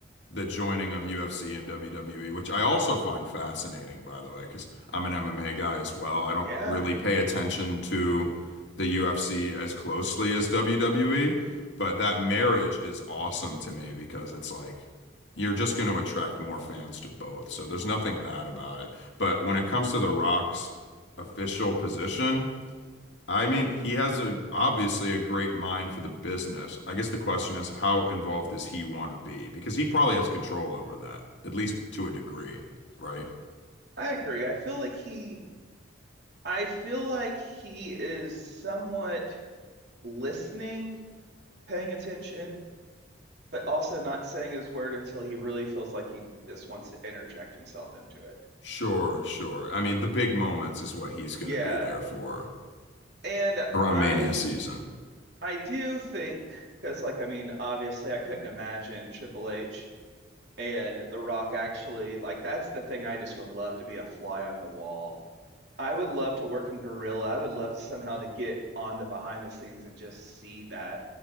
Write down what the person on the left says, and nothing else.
the joining of UFC and WWE, which I also find fascinating, by the way, because I'm an MMA guy as well. I don't
really pay attention to the UFC as closely as WWE, but that marriage is awesome to me because it's like you're just going to attract more fans to both. So there's nothing bad about it. But when it comes to The Rock's official position, I mean, he has a obviously a great mind for the business. I guess the question is, how involved does he want to be? Because he probably has control over that, at least to a degree, right?
Sure, sure. I mean, the big moments is what he's
going to be there for
around
Mania season.